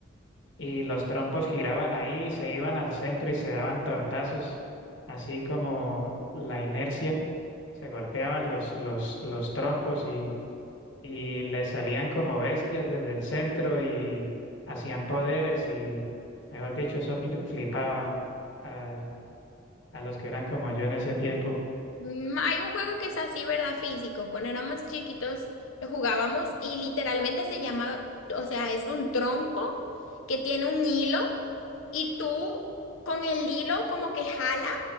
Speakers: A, on the left; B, on the left.
A: y los trompos giraban ahí, se iban al centro y se daban tortazos, así como la inercia, se golpeaban los, los, los trompos y, y les salían como bestias desde el centro y hacían poderes y, mejor dicho, eso fli- flipaba al- a los que eran como yo en ese tiempo.
B: Mm, Hay un juego que es así, ¿verdad? Físico. Cuando éramos chiquitos lo jugábamos y literalmente se llama, o sea, es un trompo que tiene un hilo y tú con el hilo como que jalas